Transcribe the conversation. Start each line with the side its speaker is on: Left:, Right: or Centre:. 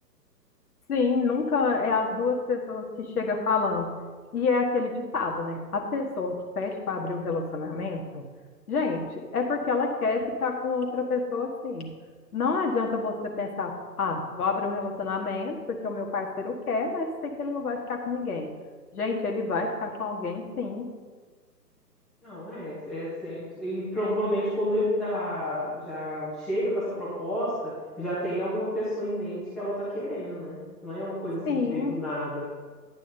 Left: Sim, nunca é as duas pessoas que chega falando. E é aquele ditado, né? A pessoa que pede para abrir o relacionamento, gente, é porque ela quer ficar com outra pessoa assim. Não adianta você pensar, ah, vou abrir um relacionamento porque o meu parceiro quer, mas sei que ele não vai ficar com ninguém. Gente, ele vai ficar com alguém, sim,
Centre: Não, é, é sempre. E provavelmente quando ele tá, já chega com essa proposta, já tem alguma pessoa em mente que ela tá querendo, né? Não é uma coisa assim
Left: sim.
Centre: que veio do nada.